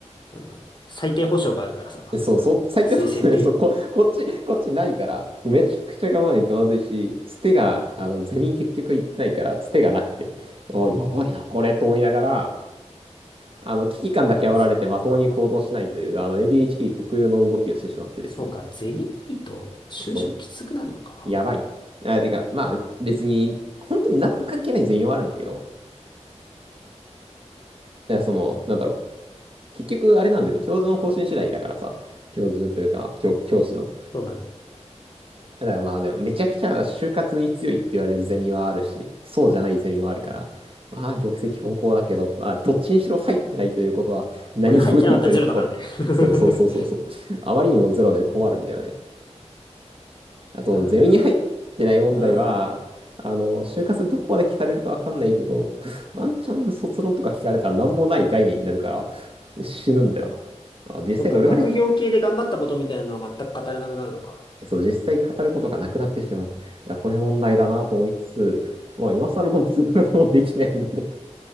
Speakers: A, on the left; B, on the right.
A: なんだ、最低保障があるからさ、
B: え、そう、そう、最低の、
A: 推薦っていう
B: <laughs> そう、こ、こっち、こっちないから、めちゃくちゃ我慢ないとまずいし、つてが、あの、ゼミ結局行ってないから、つてがなくて、ああ、やばいな、これ、と思いながら、あの、危機感だけ煽られてまともに行動しないという、
A: のかって。
B: あの、ADHD 特有の動きをしてしまってですね。
A: そうか、ゼミないと就職きつくなるのか。
B: そう、やばい。あ、てか、まあ、別に、本当に何も関係ない全容はあるんだけど、いや、その、なんだろう。結局あれなんでね、教授の方針次第だからさ、教授というか、教、教師の。
A: そうなる。
B: だからまあでも、めちゃくちゃ就活に強いって言われるゼミはあるし、そうじゃないゼミはあるから、まあ玉石混交だけど、まあどっちにしろ入ってないということは何もないということで。
A: <laughs> そうね入ってなかったらゼロだからね。<laughs>
B: そうそうそうそうそう。あまりにもゼロで困るんだよね。あと、
A: なるほどね。
B: ゼミに入ってない問題は、
A: うん。
B: あの、就活でどこまで聞かれるかわかんないけど、ワンチャン卒論とか聞かれたら何もない概念になるから死ぬんだよな。まあ実際どれぐらい聞
A: そっか、学業系で頑張ったことみたいなのは全く語れなくなるのか。
B: そう、実際語ることがなくなってしまう。だからこれ問題だなと思いつつ、まあ、今更どうすることもできないので、